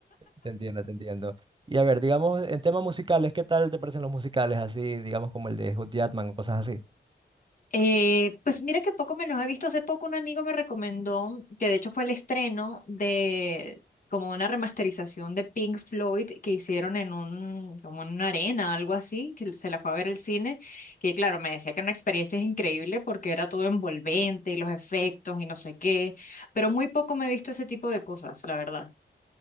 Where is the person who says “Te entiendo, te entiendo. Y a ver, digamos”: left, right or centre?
Right